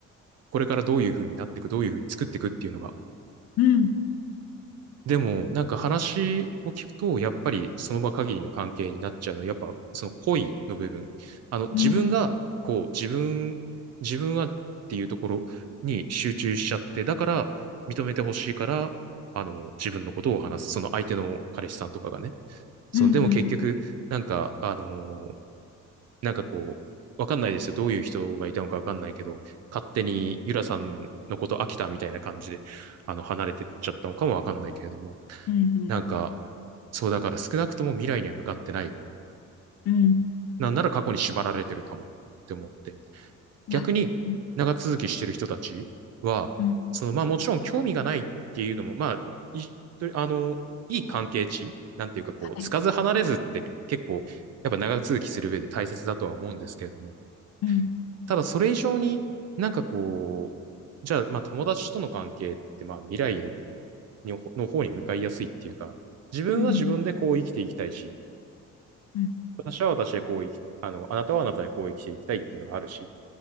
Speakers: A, on the right; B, on the left.
A: これからどういうふうになっていく、どういうふうに作っていくっていうのが。
B: うん、
A: でも、なんか話を聞くと、やっぱりその場限りの関係になっちゃうの、やっぱその恋の部分。あの、自分が、
B: うん、
A: こう、自分、自分はっていうところに集中しちゃって、だから認めてほしいから、あの、自分のことを話す。その相手の彼氏さんとかがね。その、
B: うん、
A: でも結局、
B: うん、
A: なんか、あのーなんかこう、わかんないですよ。どういう人がいたのかわかんないけど、勝手にゆらさんのこと飽きたみたいな感じで、あの、離れてっちゃったのかもわかんないけれども。
B: うん、
A: なんか、そうだから少なくとも未来には向かってない。
B: うん、うん
A: なんなら過去に縛られてるかもって思って。
B: いや、
A: 逆に長続きしてる人たちは、
B: うん、うん
A: そのまあもちろん興味がないっていうのも、まあ、いあの、いい関係値なんていうかこう、
B: はい、
A: つかず離れずって結構、やっぱ長続きする上で大切だとは思うんですけれども、
B: うん、
A: ただそれ以上になんかこう、じゃあまあ友達との関係ってまあ未来のの方に向かいやすいっていうか、自分は自分でこう生きていきたいしっ
B: うん、うん、
A: 私は私でこう生き、あの、あなたはあなたでこう生きていきたいっていうのがあるし、